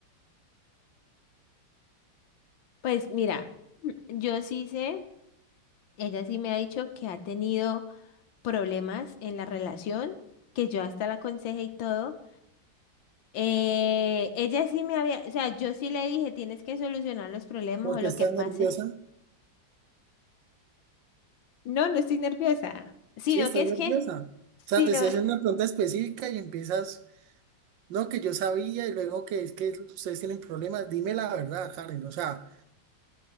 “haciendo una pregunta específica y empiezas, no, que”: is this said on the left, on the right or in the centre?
Right